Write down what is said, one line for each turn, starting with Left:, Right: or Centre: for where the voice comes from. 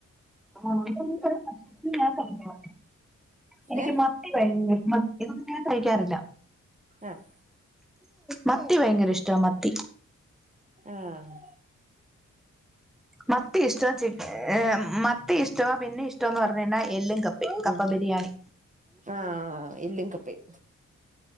Centre: ആണോ എന്റെ അറിവില് ഒരു <inaudible> പറഞ്ഞില്ല എനിക്ക്
Right: ഏ
Centre: മാ <inaudible> മത്ത്--‌ ഇതൊന്നും ഞൻ കഴിക്കാറില്ല
Right: ആഹ്
Centre: മത്തി ഭയങ്കര ഇഷ്ട്ടാ മത്തി
Right: ആഹ്
Centre: മത്തി ഇഷ്ട്ടാ ചിക്ക ഏ മത്തി ഇഷ്ട്ടെവ പിന്നെ ഇഷ്ടം എന്ന് പറഞ്ഞ കഴിഞ്ഞാ എല്ലും കപ്പയും കപ്പ
Right: ഉം
Centre: ബിരിയാണി
Right: ആഹ് എല്ലും കപ്പേം